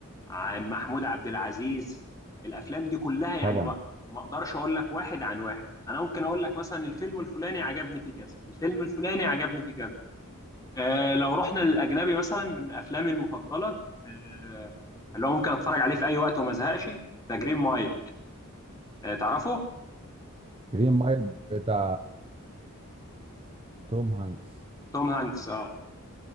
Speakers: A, on the left; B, on the right.
A: عن محمود عبد العزيز الافلام دي كلها يعني
B: طبعا
A: ما ما اقدرش اقول لك واحد عن واحد انا ممكن اقول لك مثلا الفيلم الفلاني عجبني فيه كذا الفيلم الفلاني عجبني فيه كذا آه لو رحنا للاجنبي مثلا من افلامي المفضله آه اللي هو ممكن اتفرج عليه في اي وقت وما ازهقش ذا جرين مايل آه تعرفه
B: جرين مايل بتاع توم هانكس
A: توم هانكس اه